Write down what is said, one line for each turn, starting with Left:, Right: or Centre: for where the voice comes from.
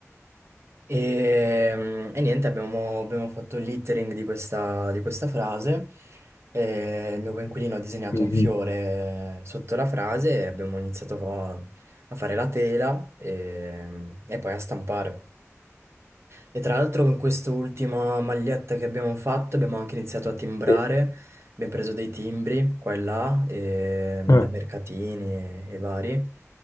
Right: E, mm, e niente, abbiamo, abbiamo fatto il lettering di questa, di questa frase. E il mio coinquilino ha disegnato
Left: Mhm.
Right: un fiore sotto la frase e abbiamo iniziato a, a fare la tela e, e poi a stampare. E tra l'altro con quest'ultima maglietta che abbiamo fatto abbiamo anche iniziato a timbrare,
Left: Sì.
Right: abbiamo preso dei timbri qua e là, e,
Left: Ah,
Right: da mercatini e, e vari,